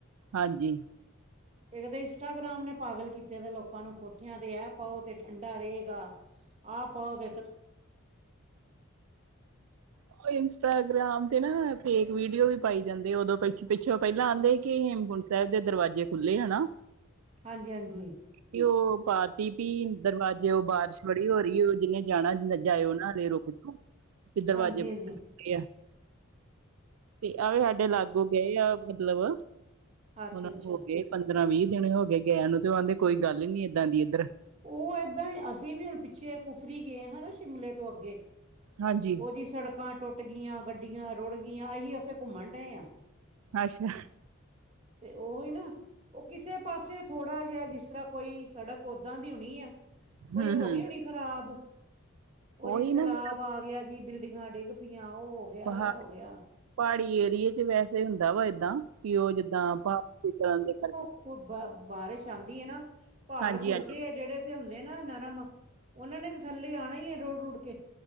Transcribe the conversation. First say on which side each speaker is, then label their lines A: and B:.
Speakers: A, on the right; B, on the right.
A: ਹਾਂਜੀ।
B: ਇੱਕ ਤਾਂ ਇੰਸਟਾਗ੍ਰਾਮ ਨੇ ਪਾਗਲ ਕੀਤੇ ਦਾ ਲੋਕਾਂ ਨੂੰ, ਕੋਠਿਆਂ ਤੇ ਐ ਪਾਓ ਤੇ ਠੰਡਾ ਰਹੇਗਾ। ਆਹ ਆੳਗੇ
A: ਉਹ ਇੰਸਟਾਗ੍ਰਾਮ ਤੇ ਨਾ ਫੇਕ ਵੀਡੀਓ ਵੀ ਪਾਈ ਜਾਂਦੇ ਉਦੋਂ ਪ ਪਿੱਛੋਂ ਪਹਿਲਾਂ ਆਦੇ ਸੀ, ਕਿ ਹੇਮਕੁੰਟ ਸਾਹਿਬ ਦੇ ਦਰਵਾਜ਼ੇ ਖੁੱਲ੍ਹੇ ਹੈਨਾ।
B: ਹਾਂਜੀ ਹਾਂਸੀ।
A: ਤੇ ਉਹ ਪਾ ਤੀ ਪੀਣ ਦਰਵਾਜ਼ੇਉੰ ਬਾਰਿਸ਼ ਬੜੀ ਹੋ ਰਹੀ ਉ ਜਿੱਨੇ ਜਾਣਾ ਜਾਇਓ ਨਾ ਹਲੇ ਰੁਕ ਕਿਥੋਂ? ਇਸ ਦਰਵਾਜ਼ੇ
B: ਹਾਂਜੀ
A: ਉੰ।
B: ਹਾਂਜੀ
A: ਤੇ ਆਵੇ ਹਾਡੇ ਲਾਗੋੰ ਗਏ ਆ ਮਤਲਬ
B: ਅੱਛਾ
A: ਉਹਨਾਂ
B: ਅੱਛਾ
A: ਨੂੰ ਹੋ ਗਏ ਪੰਦਰਾਂ ਵੀਹ ਦਿਨ ਹੋ ਗਏ ਗਇਆਂ ਨੂੰ ਤੇ ਉਹ ਆਂਦੇ ਕੋਈ ਗੱਲ ਹੀ ਨਹੀਂ ਇੱਦਾਂ ਦੀ ਇੱਧਰ।
B: ਉਹ ਇੱਦਾਂ ਹੀ ਅਸੀਂ ਵੀ ਹੁਣ ਪਿੱਛੇ ਕੁਫਰੀ ਗਏ ਹਾਂ ਨਾ ਸ਼ਿਮਲੇ ਤੋਂ ਅੱਗੇ
A: ਹਾਂਜੀ
B: ਓ ਜੀ ਸੜਕਾਂ ਟੁੱਟ ਗਈਆਂ, ਗੱਡੀਆਂ ਰੁੜ ਗਈਆਂ, ਅਹੀ ਉੱਥੇ ਘੁੰਮਣ ਡਏ ਆਂ।
A: ਅੱਛਾ,
B: ਤੇ ਉਹੀ ਨਾ, ਉਹ ਕਿਸੇ ਪਾਸੇ ਥੋੜ੍ਹਾ ਜਿਹਾ, ਜਿਸ ਤਰ੍ਹਾਂ ਕੋਈ ਸੜਕ ਉੱਦਾਂ ਦੀ ਹੋਣੀ ਐ।
A: ਹਮ
B: ਕੋਈ ਹੋ
A: ਹਮ
B: ਗਈ ਹੋਣੀ ਖ਼ਰਾਬ, ਉਹ
A: ਉਹੀ
B: ਜੀ ਸਲਾਬ
A: ਨਾ ਫਿਰ
B: ਆ ਗਿਆ ਜੀ ਬਿਲਡਿੰਗਾਂ ਡਿੱਗ ਵੀਆਂ, ਹੋ ਗਿਆ-ਆ
A: ਪਹਾ
B: ਹੋ ਗਿਆ
A: ਪਹਾੜੀ ਏਰੀਏ ਚ ਵੈਸੇ ਹੁੰਦਾ ਵਾ ਏਦਾਂ, ਕਿ ਉਹ ਜਿੱਦਾਂ ਪਹਾੜ ਤੇ ਜਾਂਦੇ ਕਰਕੇ।
B: ਓਹ ਬ ਬਾਰਿਸ਼ ਆਂਦੀ ਏ ਨਾ, ਪਹਾੜ
A: ਹਾਂਜੀ
B: ਖੁੁਰਦੇ
A: ਹਾਂਜੀ
B: ਆ ਜਿਹੜੇ ਤੇ ਹੁੰਦੇ ਨਾ ਨਰਮ ਉਹਨਾਂ ਨੇ ਤਾਂ ਥੱਲੇ ਆਣਾ ਹੀ ਏ, ਰੁੜ-ਰੁੜ ਕੇ